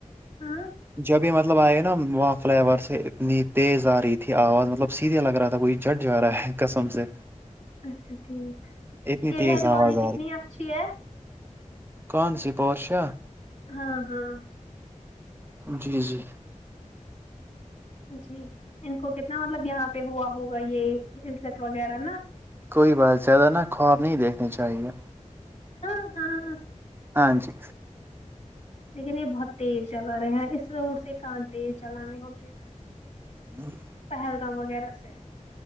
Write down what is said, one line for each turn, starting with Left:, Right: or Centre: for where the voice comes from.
Left: ہاں
Right: جب م <inaudible> مطلب آئے نا وہاں فلائیور سے اتنی تیز آ رہی تھی آواز مطلب سیدھے لگ رہا تھا کوئی جٹ جا رہا ہے قسم سے
Left: اچھا ٹھیک
Right: اتنی
Left: یہ
Right: تیز
Left: ریڈ
Right: آواز
Left: والی کتنی اچھی ہے
Right: کان سی پہورشا
Left: ہاں ہاں
Right: جی جی
Left: جی ان کو کتنا مطلب یہاں پہ ہوا ہوگا یہ عزت وغیرہ نا
Right: کوئی بات زیادہ نا خواب نہیں دیکھنے چاہیے
Left: ہاں ہاں
Right: ہاں جی
Left: لیکن یہ بہت تیز چلا رہے ہیں اس روڈ سے کہاں تیز چلانی ہوتی
Right: ہاں <inaudible>
Left: پہلگام وغیرہ سے